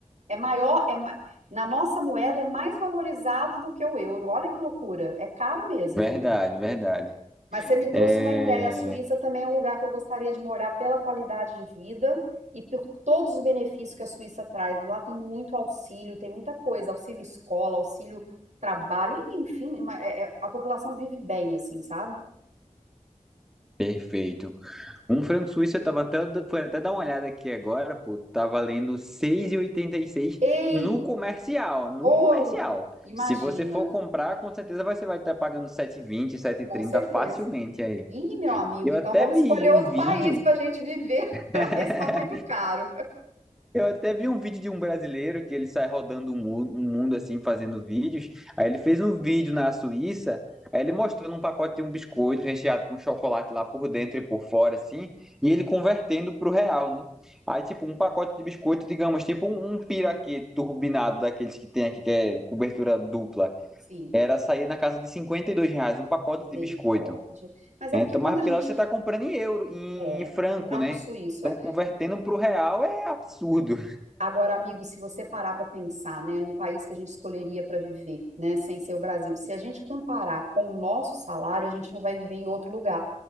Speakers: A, on the right (about 70°); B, in the centre.
A: É maior, é, ma- na nossa moeda é mais valorizado do que o euro. Olha que loucura. É caro mesmo,
B: Verdade,
A: viu?
B: verdade.
A: Mas você me trouxe
B: É,
A: uma ideia. A Suíça também é um lugar que eu gostaria de morar pela qualidade de vida e por todos os benefícios que a Suíça traz. Lá tem muito auxílio, tem muita coisa, auxílio escola, auxílio trabalho, e, enfim, uma- é- é- a população vive bem, assim, sabe?
B: perfeito. Um franco-suíço eu tava até, fui até dar uma olhada aqui agora, pô, tá valendo seis e oitenta e seis
A: Ei,
B: no comercial, no
A: oh,
B: comercial.
A: imagina,
B: Se você for comprar, com certeza você vai estar pagando 7,20, trinta
A: com certeza.
B: facilmente aí.
A: Ih, meu amigo,
B: Eu
A: então
B: até
A: vamos
B: vi
A: escolher
B: um
A: outro
B: vídeo
A: país para a gente viver. <laughs>
B: <laughs>
A: Esse está muito caro.
B: Eu até vi um vídeo de um brasileiro que ele sai rodando o mu- o mundo assim, fazendo vídeos. Aí ele fez um vídeo na Suíça, aí ele mostrando um pacote de um biscoito recheado com chocolate lá por dentro e por fora, assim, e ele convertendo pro real, né? Aí, tipo, um pacote de biscoito, digamos, tipo um, um piraquê turbinado daqueles que tem aqui, que é cobertura dupla,
A: Sim,
B: era sair na casa de 52 reais, um pacote
A: misericórdia.
B: de biscoito.
A: Mas é
B: Então,
A: porque quando
B: mas porque
A: a gente
B: lá você tá comprando em euro, em,
A: é
B: em franco,
A: franco-suíço,
B: né? Então,
A: é,
B: convertendo pro real é absurdo.
A: Agora, amigo, se você parar para pensar, né, num país que a gente escolheria para viver, né, sem ser o Brasil, se a gente comparar com o nosso salário, a gente não vai viver em outro lugar.